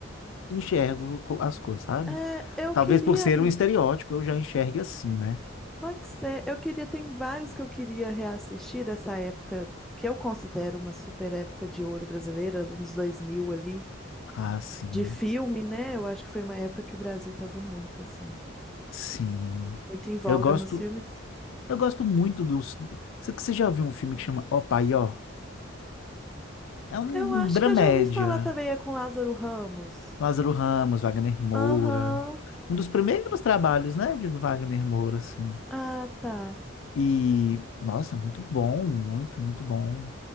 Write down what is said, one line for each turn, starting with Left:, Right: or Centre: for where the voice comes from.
Left: enxergo co- as coisas, sabe?
Centre: É, eu
Left: Talvez
Centre: queria
Left: por ser um estereótipo, eu já enxergue assim, né?
Centre: Pode ser. Eu queria, tem vários que eu queria reassistir dessa época, que eu considero uma super época de ouro brasileira, nos 2000 ali,
Left: Ah, sim,
Centre: de filme, né? Eu acho que foi uma época que o Brasil tava muito assim,
Left: sim.
Centre: muito em voga
Left: Eu gosto,
Centre: nos filmes.
Left: eu gosto muito dos. Você você já viu um filme que chama Ó Pai Ó? É um,
Centre: Eu acho
Left: um dramédia.
Centre: que eu já ouvi falar também, é com Lázaro Ramos.
Left: Lázaro Ramos, Wagner Moura.
Centre: Aham.
Left: Um dos primeiros trabalhos, né, de do Wagner Moura, assim.
Centre: Ah, tá.
Left: E, nossa, muito bom, muito, muito bom.